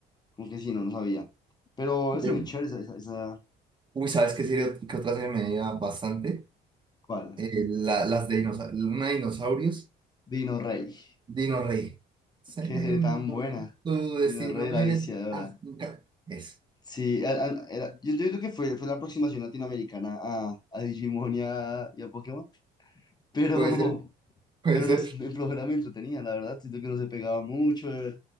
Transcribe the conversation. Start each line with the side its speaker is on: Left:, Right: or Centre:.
Left: como que sí, no, no sabía. Pero
Right: De-
Left: es muy chévere esa, esa, esa-
Right: Uy, ¿sabes qué serie, qué otra serie me veía bastante?
Left: ¿cuál?
Right: Eh, la- las de dinosaurios, una de dinosaurios,
Left: Dino Rey,
Right: Dino Rey. Sé
Left: qué
Right: un
Left: serie tan
Right: Dino
Left: buena,
Right: Rey, Tu destino
Left: Dino Rey la
Right: es
Left: viciadora.
Right: África. Es.
Left: Sí, a- a- era, yo entiendo que fue, fue la aproximación latinoamericana a, a Digimon y a, y a Pokémon, pero,
Right: Puede ser, puede
Left: Pero
Right: ser.
Left: nos, el programa me entretenía, la verdad, siento que no se pegaba mucho, eh,